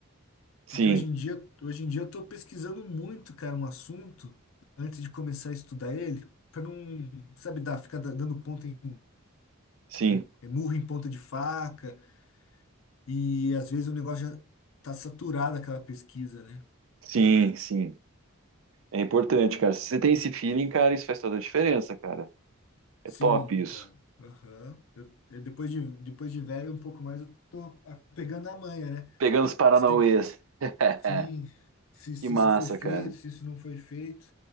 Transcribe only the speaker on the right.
Sim,
sim,
sim, sim. É importante, cara. Se você tem esse feeling, cara, isso faz toda a diferença, cara. É
top
isso.
Pegando os paranauês.
<laughs>
Que massa,
cara.